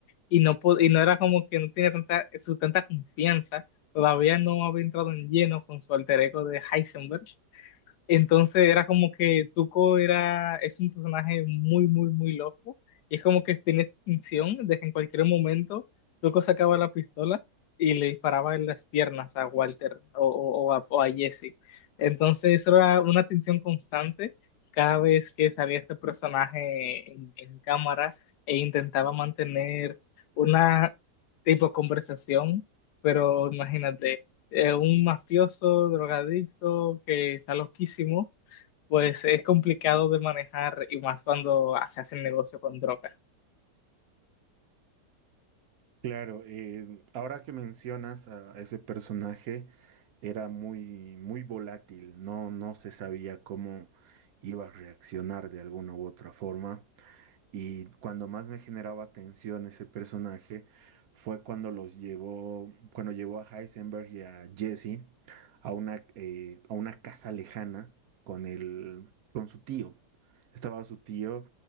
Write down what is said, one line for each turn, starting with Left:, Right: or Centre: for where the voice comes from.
Left: y no, po- y no era como que no tenía tanta, su tanta confianza, todavía no había entrado en lleno con su alter ego de Heisenberg entonces era como que Tuco era, es un personaje muy, muy, muy loco. Y es como que tiene esta intención de que en cualquier momento Tuco sacaba la pistola y le disparaba en las piernas a Walter o, o- o a, o a Jesse. Entonces eso era una tensión constante cada vez que salía este personaje en, en cámara e intentaba mantener una tipo conversación. Pero imagínate eh, un mafioso, drogadicto, que está loquísimo, pues es complicado de manejar y más cuando se hace el negocio con droga.
Right: Claro, eh, ahora que mencionas a a ese personaje, era muy, muy volátil, no, no se sabía cómo iba a reaccionar de alguna u otra forma. Y cuando más me generaba tensión ese personaje fue cuando los llevó, cuando llevó a Heisenberg y a Jesse a una, eh, a una casa lejana con el, con su tío. Estaba su tío